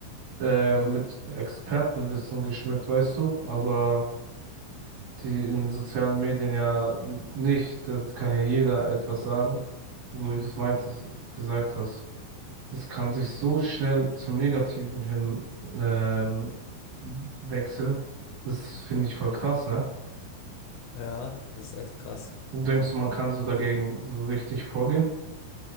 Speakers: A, on the right; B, on the left.
A: ähm, mit Expertenwissen geschmückt, weißt du, aber die in den sozialen Medien ja n- nicht, das kann ja jeder etwas sagen, so wie du es meintest, gesagt hast. Das kann sich so schnell zum Negativen hin ähm, wechseln. Das finde ich voll krass, ne?
B: Ja, das ist echt krass.
A: Und denkst du, man kann so dagegen so richtig vorgehen?